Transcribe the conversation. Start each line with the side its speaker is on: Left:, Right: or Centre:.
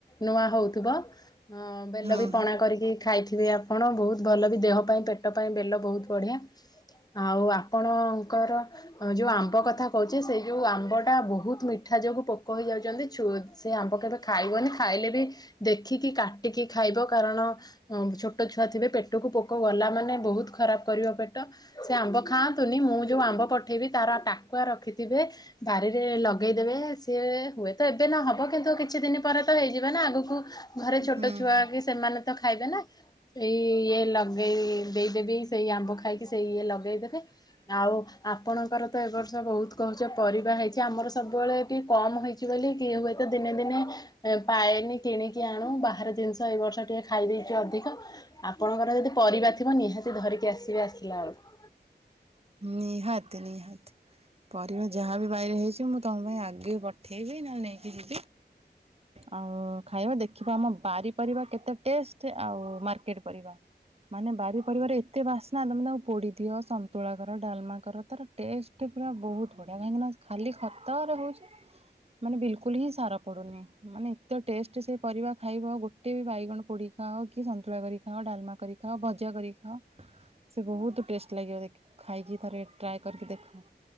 Left: ନୂଆ ହଉଥିବ। ଅ ବେଲ
Right: ହଁ
Left: ବି
Right: ହଁ
Left: ପଣା କରିକି ଖାଇଥିବେ ଆପଣ ବହୁତ ଭଲ ବି ଦେହ ପାଇଁ ପେଟ ପାଇଁ ବେଲ ବହୁତ ବଢିଆ। ଆଉ ଆପଣଙ୍କର ଯୋଉ ଆମ୍ବ କଥା କହୁ ଯେ ସେ ଯଉ ଆମ୍ବଟା ବହୁତ ମିଠା ଯୋଗୁଁ ପୋକ ହେଇଯାଉଛନ୍ତି ସେ ଆମ୍ବ କେବେ ଖାଇବନି। ଖାଇଲେ ବି ଦେଖିକି କାଟିକି ଖାଇବ କାରଣ ଛୋଟ ଛୁଆ ଥିବେ ପେଟକୁ ପୋକ ଗଲା ମାନେ ବହୁତ ଖରାପ କରିବ ପେଟ। ସେ ଆମ୍ବ ଖାଆନ୍ତୁନି ମୁଁ ଯୋଉ ଆମ୍ବ ପଠେଇବି ତାର ଟାକୁଆ ରଖିଥିବେ ବାରିରେ ଲଗେଇଦେବେ ସିଏ ହୁଏ ତ ଏବେ ନ ହବ କିନ୍ତୁ କିଛି ଦିନ ପରେ ତ ହେଇଯିବ ନା ଆଗକୁ ଘରେ ଛୋଟ
Right: ହୁଁ
Left: ଛୁଆ
Right: ହୁଁ
Left: କି ସେମାନେ ତ ଖାଇବେ ନା ସେଇ ଇଏ ଲଗେଇ ଦେଇଦେବି ସେଇ ଆମ୍ବ ଖାଇକି ସେଇ ଇଏ ଲଗେଇଦେବେ ଆଉ ଆପଣଙ୍କର ତ ଏ ବର୍ଷ ବହୁତ କହୁଛ ପରିବା ହେଇଛି ଆମର ସବୁବେଳେ ଟିକେ କମ ହେଇଛି ବୋଲି କିଏ ହୁଏତ ଦିନେ ଦିନେ ପାଏନି କିଣିକି ଆଣୁ ବାହାର ଜିନିଷ ଏଇ ବର୍ଷ ଟିକେ ଖାଇ ଦେଇଛୁ ଅଧିକ ଆପଣଙ୍କର ଯଦି ପରିବା ଥିବ ନିହାତି ଧରିକି ଆସିବେ ଆସିଲା ବେଳକୁ
Right: ନିହାତି ନିହାତି ପରିବା ଯାହା ବି ବାରିରେ ହେଇଛି ମୁଁ ତମ ପାଇଁ ଆଗେ ପଠେ ପଠେଇବି ନହେଲେ ନେଇକି ଯିବି ଆଉ ଖାଇବ ଦେଖିବ ଆମ ବାରି ପରିବା କେତେ ଟେଷ୍ଟ ଆଉ ମାର୍କେଟ ପରିବା ମାନେ ବାରି ପରିବାରେ ଏତେ ବାସ୍ନା ତମେ ତାକୁ ପୋଡ଼ି ଦିଅ ସନ୍ତୁଳା କର ଡାଲମା କର ତାର ଟେଷ୍ଟ ପୁରା ବହୁତ ବଢ଼ିଆ କାହିଁକିନା ଖାଲି ଖ ଖତ ରେ ହଉଛି ମାନେ ବିଲକୁଲ ହିଁ ସାର ପଡୁନି ମାନେ ଏତେ ଟେଷ୍ଟ ସେ ପରିବା ଖାଇବ ଗୋଟେ ବି ବାଇଗଣ ପୋଡ଼ି ଖାଅ କି ସନ୍ତୁଳା କରି ଖାଅ ଡାଲମା କରି ଭଜା କରିକି ଖାଅ ସେ ବହୁତ ଟେଷ୍ଟ ଲାଗିବ ଦେଖ ଖାଇକି ଥରେ ଟ୍ରାଏ କରିକି ଦେଖ